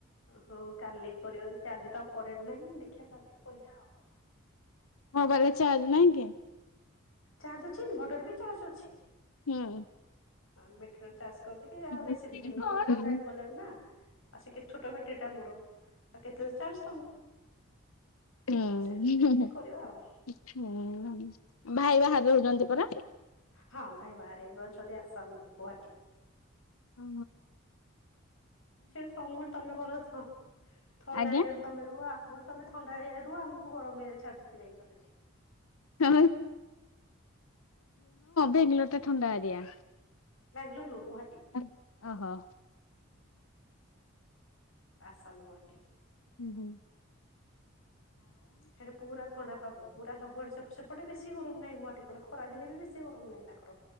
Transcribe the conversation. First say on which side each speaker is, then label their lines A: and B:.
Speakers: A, on the left (about 70°); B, on the left (about 80°).
A: ହଉ କାଲି କରିବା ଦେଖିବା ଆଜି ତ ଆଉ କରେଣ୍ଟେ ନାହିଁ ଦେଖିବା କାଲି କହିବା ଆଉ
B: ମୋବାଇଲ ଚାର୍ଜ ନାହିଁ କି?
A: ଚାର୍ଜ ଅଛି ଇନଭର୍ଟରରେ ବି ଚାର୍ଜ ଅଛି।
B: ହୁଁ।
A: ହଁ ବେଟୀରି ଟା ଚାର୍ଜ କରିଦେଇକି ଆଉ
B: ହୁଁ
A: ବେଶୀ ଦିନ ବାରଟାରୁ
B: ହୁଁ।
A: ଲାଇନ୍ ଗଲାଣି ନା ଆ ସେ କେତେ ଛୋଟ ବେଟିରୀ ଟା ମୋର ଆଉ କେତେ ଚାର୍ଜ ଦବ
B: ହୁଁ।
A: ସେଥିପାଇଁ ଦେଖିଆ
B: ହୁଁ, ହୁଁ,
A: କରିବା ଆଉ।
B: ହୁଁ ।ଭାଇ ବାହାରେ ରହୁଛନ୍ତି ପରା?
A: ହଁ ଭାଇ ବାହାରେ ଏବେ ଅଛନ୍ତି। ଆସାମ ରେ ଗୌହାଟୀ।
B: ହ।
A: ସେଠୁ ମୁଲ ତମେ ବୋଲ ଥଣ୍ଡା
B: ଆଜ୍ଞା।
A: ହେରି ତମେ ରୁଆ ମୁଲ ତମେ ଥଣ୍ଡା ରୁଆ <inaudible> ଗରମ ଏରିଆ ରେ ଛାଡି ଦେଇି ଯାଇଛ ସେଠି ।
B: ହଁ ବେଙ୍ଗାଲୋର ଟା ଥଣ୍ଡା ଏରିିଆ
A: ବାଙ୍ଗାଲୋର ନୁହଁ ଗୁହା
B: ଅ ହୋ
A: ଆସାମ ଗୁହାଟି ।
B: ହୁଁ ହୁଁ ।
A: କିଛି ଶୁବୁନାହଁ ସେଟା ପୁରା ଥଣ୍ଡା ପାଗ। ପୁରା ସବୁ ଆଡେ ସେପଟେ, ବେଶୀ ଗରମ ନାହିଁ ।ଗୁହାଟୀ ପଟେ ଖରା ଦିନେ ବି ବେଶୀ ଗରମ। ରୁମ୍ ନାହିଁ ତାଙ୍କର।